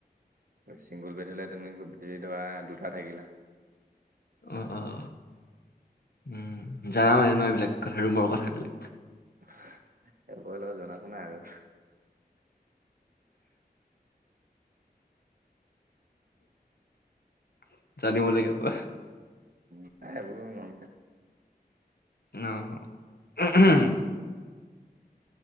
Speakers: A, on the right; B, on the left.
A: চিংগুল বেড হ'লে তুমি হেৰী ধৰা দুটা থাকিলে।
B: অ', অ'। উম, জানা মানে ন এইবিলাক কথা ৰুমৰ কথাবিলাক।
A: <inaudible> এইবো অলপ জনা শুনা আৰু।
B: <inaudible> জানিব লাগিব <inaudible>
A: এ এইবোৰ মোৰ নৰ্মেল <inaudible>
B: অ' <unintelligible>